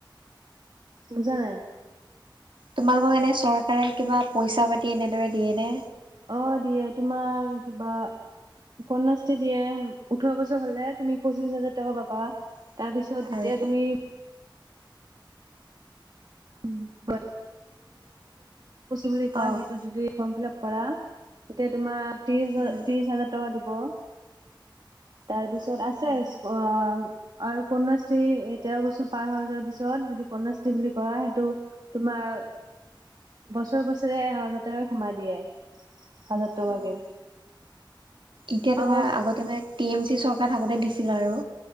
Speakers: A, on the right; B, on the right.
A: বুজা নাই।
B: তোমালোকক এনে চৰকাৰে কিবা পইচা পাতি এনেদৰে দিয়ে নে?
A: অ, দিয়ে তোমাৰ কিবা ক্যাসি দিয়ে ওঠৰ বছৰ হলে তুমি পঁচিশ হাজাৰ টকা পাবা। তাৰপিছত যেতিয়া
B: আৰু
A: তুমি। <unintelligible> বুলি কয়
B: অ'
A: সেইটো যদি ফৰ্ম ফিলাপ। কৰা তেতিয়া তোমাৰ। ত্ৰিশ হাজাৰ,
B: উম
A: ত্ৰিশ হাজাৰ টকা দিব। তাৰপিছত
B: অ'
A: আছে
B: অ'
A: অহ। আৰু কন্যাশ্ৰী এ তেৰ বছৰ পাৰ হৈ যোৱাৰ পিছত যদি কন্যাশ্ৰী বুলি কোৱা সেইটো। তোমাৰ বছৰে বছৰে এ হাজাৰ টকা সোমাই দিয়ে, হাজাৰ টকাকে।
B: অ'। এতিয়া তোমাৰ
A: আৰু
B: আগতে মানে টি এম চি চৰকাৰ। থাকোতে দিছিল আৰু।